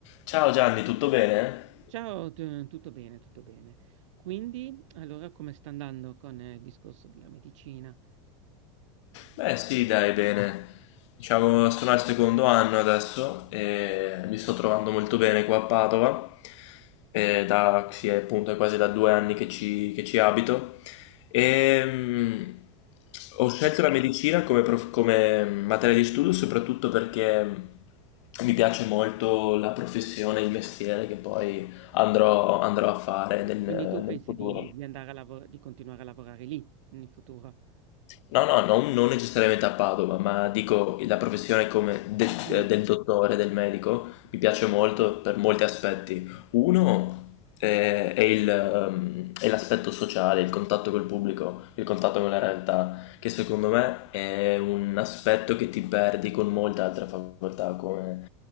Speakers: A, on the left; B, on the right.
A: Ciao Gianni, tutto bene?
B: Ciao, t- tutto bene, tutto bene. Quindi, allora, come sta andando con eh, il discorso della medicina?
A: Beh sì, dai, bene. Diciamo, sono al secondo anno adesso e mi sto trovando molto bene qua a Padova. E da, sì, è appunto è quasi da due anni che ci, che ci abito. E, mm, ho
B: E-
A: scelto
B: e
A: la medicina come, prof- come materia di studio soprattutto perché mi piace molto la professione, il mestiere che poi andrò, andrò a fare nel nel
B: Quindi tu pensi
A: futuro.
B: di, di andare a lavorare, di continuare a lavorare lì in futuro?
A: No, no, non, non necessariamente a Padova, ma dico la professione come de-
B: Quindi,
A: eh, del dottore, del medico, mi piace molto per molti aspetti. Uno eh, è, il, ehm, è l'aspetto sociale, il contatto col pubblico, il contatto con la realtà, che secondo me è un aspetto che ti perdi con molte altre facoltà come